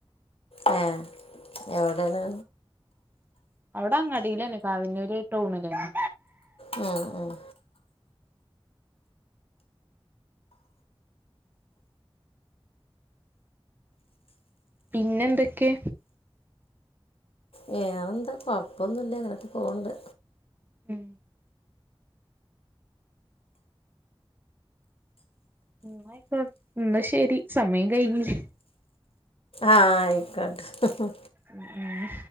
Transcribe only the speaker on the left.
ആ എവിടെണ്
മം ഉം
വേറെ എന്താ കൊഴപ്പൊന്നുംല്ല ഇ ങ്ങനക്കെ പോവണ്ട്
ആ ആയികോട്ടെ